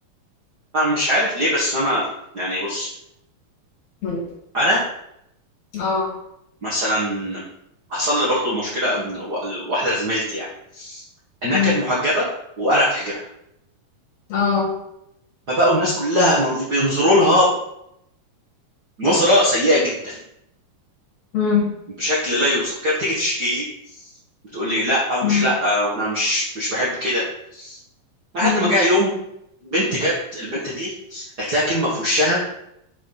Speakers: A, on the right; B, on the left.
A: انا مش عارف ليه بس انا يعني بص
B: إمم،
A: انا
B: آه،
A: مثلا حصل لي برضو مشكله من و- واحده زميلتي يعني انها
B: إمم،
A: كانت محجبه وانا اتحجبها
B: آه،
A: فبقوا الناس كلها نظ- بينظروا لها نظره سيئه جدا
B: إمم،
A: بشكل لا يوصف كانت بتيجي تشتكي لي بتقول لي لا او مش
B: إمم،
A: لا وانا مش مش بحب كده لحد
B: إمم،
A: ما جه يوم بنت جت البنت دي قالت لها كلمه في وشها